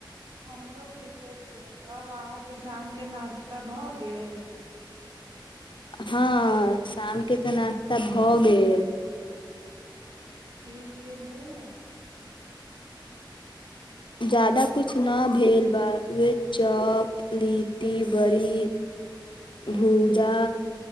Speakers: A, on the right; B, on the left.
A: हमरो ठीके छै तब अहाँके शामके नास्ता भऽ गेल
B: हँ शामके तऽ नास्ता भऽ गेल
A: <unintelligible> के भेल ह
B: ज्यदाा किछु नहि भेल ब ओह चप लीटी बड़ी भूजा